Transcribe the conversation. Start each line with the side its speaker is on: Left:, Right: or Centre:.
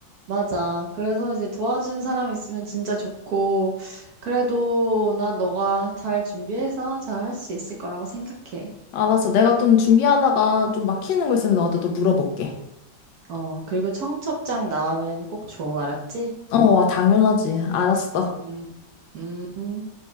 Right: 맞아. 그래서 이제 도와준 사람 있으면 진짜 좋고, 그래도 난 너가 잘 준비해서 잘 할 수 있을 거라고 생각해.
Left: 알았어, 내가 좀 준비하다가 좀 막히는 거 있으면 너한테 또 물어볼게.
Right: 어, 그리고 청첩장 나오면 꼭 줘, 알았지?
Left: 어, 당연하지. 알았어.
Right: 음, 음.